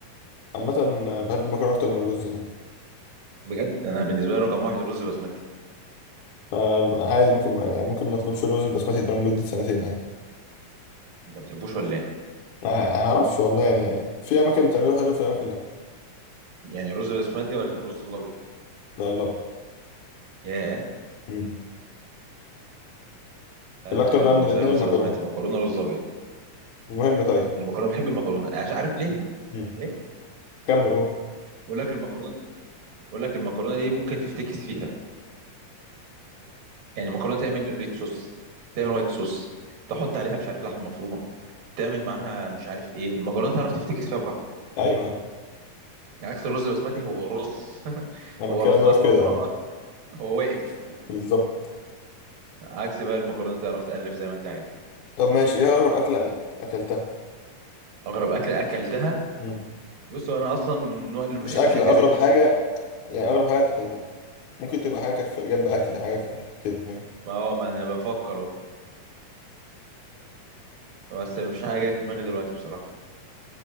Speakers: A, on the left; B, on the right.
A: عامة آه، بحب المكرونة أكتر من الرز يعني
B: بجد انا بالنسبه لي رقم واحد الرز بسمتي
A: آه، عادي ممكن ما- يعني ممكن ما أطلبش الرز البسمتي ده لمدة سنتين يعني
B: انت ما بتحبوش ولا ايه
A: ما ما أعرفش والله يعني في أماكن بتعمله حلو في أماكن لأ
B: يعني الرز بسمتي ولا الرز الابيض
A: لا لا
B: ياه
A: مم.
B: لا،
A: الأكتر
B: ده انا
A: بقى
B: بالنسبه
A: من الاتنين
B: لي رز
A: المكرونة
B: بسمتي مكرونه رز ابيض
A: المهم طيب
B: المكرونه بحب المكرونه عش- عارف ليه
A: مم.
B: ايه
A: كمل قول
B: بقول لك المكرونه بقول لك المكرونه دي ممكن تفتكس فيها يعني المكرونه تعمل ريد صوص تعمل وايت صوص تحط عليها مش عارف لحمه مفرومه تعمل معاها مش عارف ايه المكرونه تعرف تفتكس فيها براحتك
A: أيوه
B: عكس الرز البسمتي هو رز <laughs>
A: انا
B: هو
A: بتكلم
B: رزايه
A: بقى
B: صفرا
A: في كده اه
B: واقفه هو واقف
A: بالظبط
B: عكس بقى المكرونه تعرف تألف زي ما انت عايز
A: طب ماشي ايه اغرب اكله اكلتها
B: اغرب اكل اكلتها
A: مم.
B: بص هو انا اصلا من النوع اللي ما
A: مش
B: بحبش
A: اكله
B: اجازف
A: اغرب
B: في
A: حاجه
B: الاكل
A: يعني اغرب حاجه انت اكلتها ممكن تبقى حاجه كانت في جنب اكل حاجه في اكل كده فاهم
B: ما هو ما انا بفكر اهو بس مفيش حاجه جايه في دماغي دلوقتي بصراحه